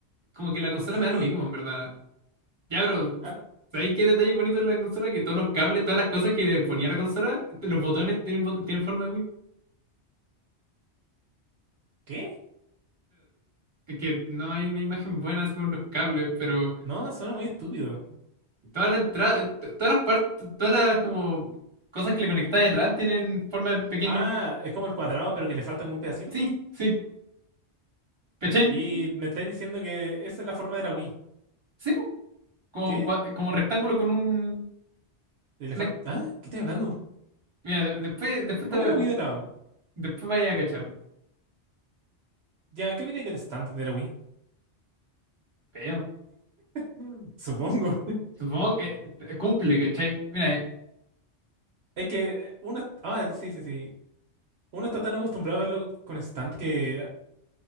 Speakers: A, on the right; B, on the right.
A: Como que la consola
B: Sí.
A: me da lo mismo, en verdad. Ya, pero,
B: Al-
A: ¿sabes qué detalle bonito de la consola? Que todos los cables, todas las cosas que le ponía la consola, los botones tienen, bo- tienen forma de Wii.
B: ¿Qué?
A: Es que no hay una imagen buena así con los cables, pero
B: No, suena muy estúpido.
A: toda la entrada, to- todas las partes, todas las como cosas que le conectáis atrás tienen forma de pequeña
B: Ah,
A: Wii.
B: es como el cuadrado, pero que le falta como un pedacito.
A: Sí, sí, ¿cachai?
B: Y me estáis diciendo que esa es la forma de la Wii.
A: Sí, po, como,
B: ¿Qué?
A: gua- como rectángulo con un...
B: Eh, Le
A: una-
B: falta... Ah, ¿qué estáis hablando?
A: mira, después, después,
B: Pone
A: te, va-
B: la Wii de lado.
A: después vaya a cachar.
B: Ya, ¿qué viene del stand de la Wii?
A: Feo.
B: Mm. Supongo.
A: Supongo que eh, eh, cumple, ¿cachai? Mira, eh,
B: Es que uno... Ah, sí, sí, sí. Uno está tan acostumbrado a verlo con stand que...